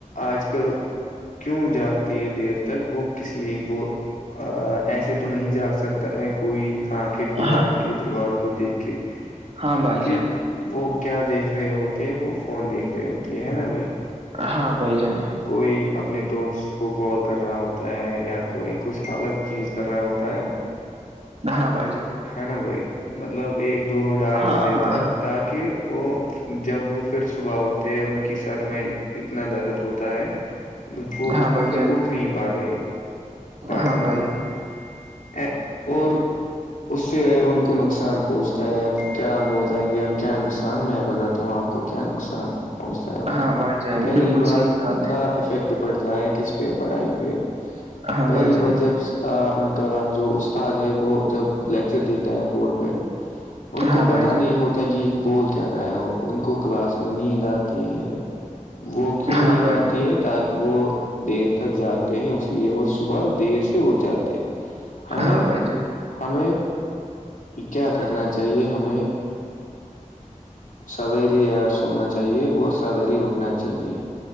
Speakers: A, on the left; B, on the right.
A: آج کل کیوں جاگتے ہے دیر تک وہ کس لیے وہ ایسے تو نہیں جاگ سکتا ہے کوئی آنکھیں کھلا
B: ہاں
A: رکھ کہ دیواروں کو دیکھ کے
B: ہاں بھائی
A: کہ
B: جان
A: وہ کیا دیکھ رہے ہوتے وہ فون دیکھ رہے ہوتے ہے نا بھائی
B: ہاں بھائی جان
A: کوئی اپنے دوست کو کال کر رہا ہوتا ہے یا کوئی کچھ الگ چیز کر رہا ہوتا ہے
B: ہاں بھائی جان
A: ہے نا بھائی مطلب ایک دو ڈھائی
B: ہاں
A: بجے
B: ہاں
A: تک تاکہ وہ جب وہ پھر صبح اٹھتے ان کی سر میں اتنا درد ہوتا ہے وہ وہ
B: ہاں بھائی
A: پھر
B: جان
A: اٹھ نہیں پا رہے <inaudible>
B: ہاں بھائی
A: اور اس سے ان کو نقصان پہنچتا ہے کیا بتائیں گے اب کیا نقصان میں بتاتا ہوں آپ کو نقصان پہنچتا ہے ان
B: ہاں
A: کا
B: بھائی جان
A: پہلی
B: بالکل
A: بار
B: صحیح کہا
A: ان
B: آپ نے
A: کا افیکٹ پڑتا ہے کس پہ پڑھائی پہ
B: ہاں
A: پہلی
B: بھائی جان
A: بار جب ان کا جو استاد ہے وہ جب لیکچر دیتا ہے بورڈ پہ ان
B: ہاں
A: کو
B: بھائی
A: پتا
B: جان
A: نہیں ہوتا یہ بول کہ رہا ہے ان کو کلاس میں نیند آتی ہے وہ کیوں
B: ہاں
A: نیند
B: بھائی
A: آتی
B: جان
A: ہے وہ دیر تک جاگتے ہیں اس لیے وہ صبح دیر سے اٹھ جاتے ہیں ہمیں
B: ہاں بھائی جان
A: ہمیں کیا کرنا چاہیے ہمیں سوییر سونا چاہیے اور سوییرے اٹھنا چاہیے